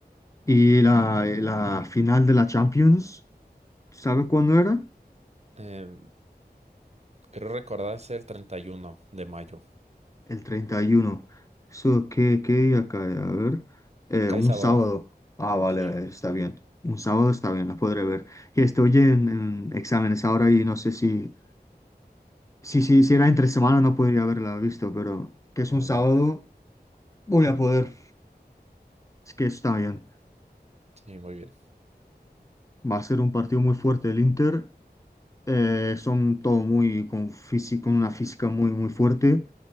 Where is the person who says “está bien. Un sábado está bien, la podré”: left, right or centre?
Left